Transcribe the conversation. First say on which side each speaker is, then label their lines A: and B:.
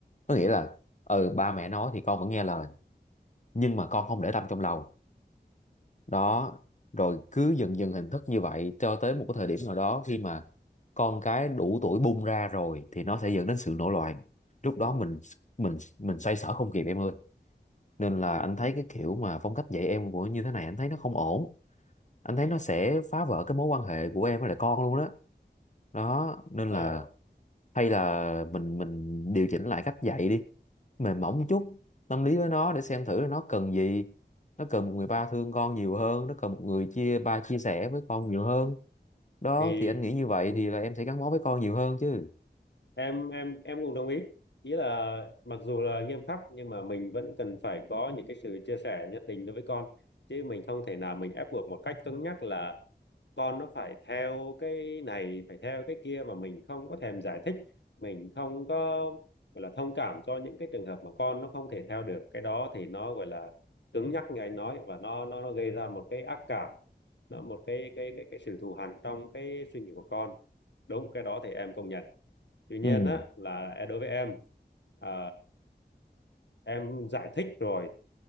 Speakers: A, on the left; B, on the left.
A: có nghĩa là ừ ba mẹ nói thì con vẫn nghe lời nhưng mà con không để tâm trong lòng đó rồi cứ dần dần hình thức như vậy cho tới một cái thời điểm nào đó khi mà con cái đủ tuổi bung ra rồi thì nó sẽ dẫn đến sự nổi loạn lúc
B: ừ.
A: đó mình mình mình xoay sở không kịp em ơi nên là
B: Ừ.
A: anh thấy cái kiểu mà phong cách dạy em của như thế này anh thấy nó không ổn anh thấy nó sẽ phá vỡ cái mối quan hệ của em với lại con luôn đó đó nên
B: Ờ,
A: là hay là mình mình điều chỉnh lại cách dạy đi mềm mỏng chút tâm lý với nó để xem thử là nó cần gì nó cần một người ba thương con nhiều hơn nó cần một người chia ba chia sẻ với con nhiều hơn đó
B: thì
A: thì anh nghĩ như vậy
B: ừ,
A: thì là em sẽ gắn bó với con nhiều hơn chứ
B: em em em cũng đồng ý ý là mặc dù là nghiêm khắc nhưng mà mình vẫn cần phải có những cái sự chia sẻ nhất định đối với con chứ mình không thể nào mình ép buộc một cách cứng nhắc là con nó phải theo cái này phải theo cái kia mà mình không có thèm giải thích mình không có gọi là thông cảm cho những cái trường hợp mà con nó không thể theo được cái đó thì nó gọi là cứng nhắc như anh nói và nó nó nó gây ra một cái ác cảm nó một cái cái cái cái sự thù hằn trong cái suy nghĩ của con đúng cái đó thì em công nhận tuy nhiên
A: ừ
B: á là đối với em à, em giải thích rồi